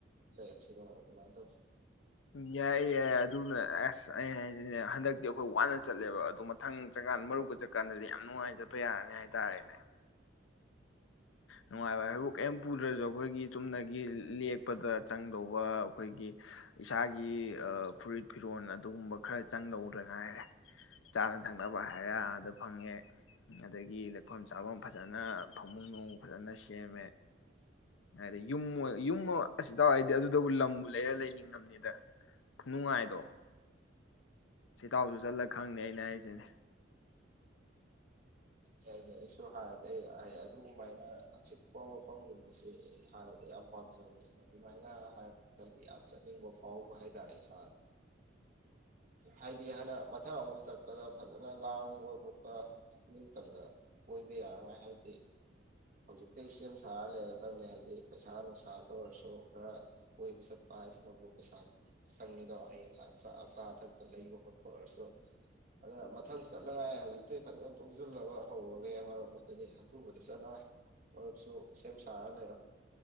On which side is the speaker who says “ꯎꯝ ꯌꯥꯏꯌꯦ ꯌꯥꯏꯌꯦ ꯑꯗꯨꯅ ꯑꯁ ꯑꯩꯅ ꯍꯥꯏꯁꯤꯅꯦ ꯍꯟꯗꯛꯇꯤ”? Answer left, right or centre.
Left